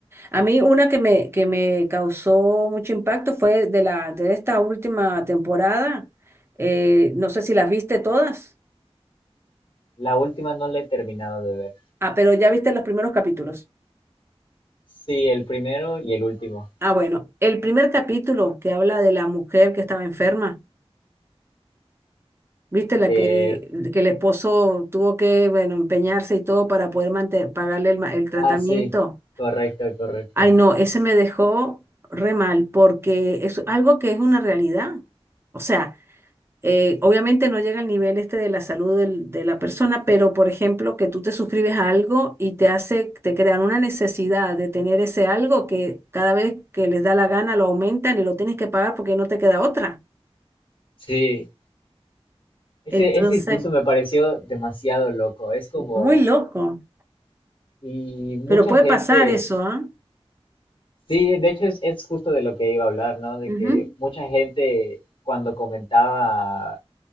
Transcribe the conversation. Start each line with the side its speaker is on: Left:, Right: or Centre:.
Right: A mí una que me, que me causó mucho impacto fue de la, de esta última temporada. Eh, no sé si las viste todas.
Left: La última no la he terminado de ver.
Right: Ah, pero ya viste los primeros capítulos.
Left: Sí, el primero y el último.
Right: Ah, bueno, el primer capítulo que habla de la mujer que estaba enferma, ¿viste? La
Left: De...
Right: que, que el esposo tuvo que, bueno, empeñarse y todo para poder mante- pagarle el, ma- el tratamiento.
Left: Ah, sí, correcto, correcto.
Right: Ay, no, ese me dejó re mal porque es algo que es una realidad. O sea, eh, obviamente no llega al nivel este de la salud del- de la persona, pero por ejemplo, que tú te suscribes a algo y te hace, te crean una necesidad de tener ese algo que cada vez que les da la gana lo aumentan y lo tienes que pagar porque no te queda otra.
Left: Sí, ese,
Right: Entonces,
Left: ese discurso me pareció demasiado loco. Es como,
Right: muy loco,
Left: y mucha
Right: pero puede
Left: gente,
Right: pasar eso, ¿ah?
Left: sí, de hecho es, es justo de lo que iba a hablar, ¿no? De
Right: Ujú.
Left: que mucha gente cuando comentaba